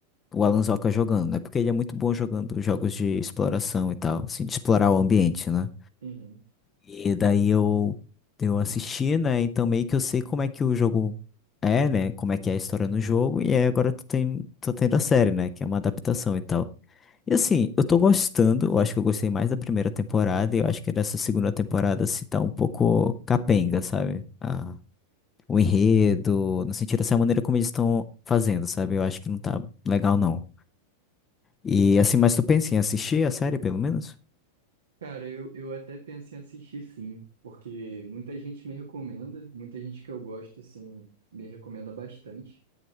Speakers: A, on the left; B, on the right.
A: o Alan Zoka jogando, né? Porque ele é muito bom jogando jogos de exploração e tal, assim, de explorar o ambiente, né?
B: Uhum.
A: E daí eu, eu assisti, né? Então meio que eu sei como é que o jogo é, né? Como é que é a história no jogo. E aí agora tô, tem, tô tendo a série, né? Que é uma adaptação e tal. E assim, eu tô gostando. Eu acho que eu gostei mais da primeira temporada. E eu acho que dessa segunda temporada se tá um pouco capenga, sabe? Ah, o enredo, no sentido dessa maneira como eles estão fazendo, sabe? Eu acho que não tá legal, não. E assim, mas tu pensa em assistir a série, pelo menos?
B: Cara, eu, eu até penso em assistir sim, porque muita gente me recomenda, muita gente que eu gosto, assim, me recomenda bastante.